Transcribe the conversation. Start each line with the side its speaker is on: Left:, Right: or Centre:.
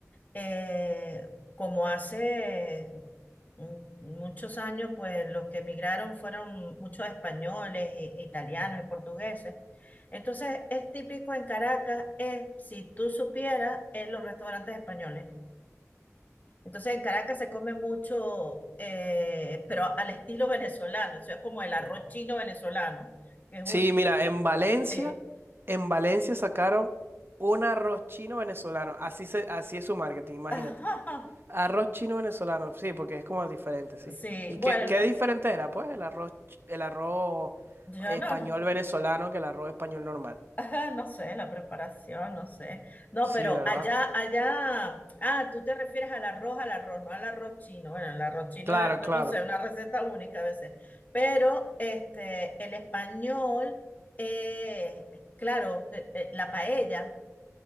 Left: eh, como hace mm, muchos años, pues los que emigraron fueron muchos españoles, i- italianos y portugueses. Entonces, es típico en Caracas, es, si tú supieras, en los restaurantes españoles. Entonces, en Caracas se come mucho, eh, pero al estilo venezolano. Eso es como el arroz chino venezolano, que es
Right: Sí,
Left: único.
Right: mira, en Valencia,
Left: Eh,
Right: en Valencia sacaron un arroz chino venezolano. Así se, así es su marketing, imagínate.
Left: <laughs>
Right: Arroz chino venezolano, sí, porque es como diferente, sí.
Left: Sí,
Right: ¿Y
Left: bueno,
Right: qué, qué diferente era? Pues el arroz, ch- el arroz
Left: yo
Right: español
Left: no.
Right: venezolano que el arroz español normal.
Left: Ajá, no sé, la preparación, no sé. No,
Right: Sí,
Left: pero
Right: ¿verdad?
Left: allá, allá, ah, tú te refieres al arroz, al arroz, no al arroz chino. Bueno, el arroz chino,
Right: Claro,
Left: eh, yo
Right: claro.
Left: no sé, una receta única a veces. Pero este, el español, eh, claro, eh, eh, la paella,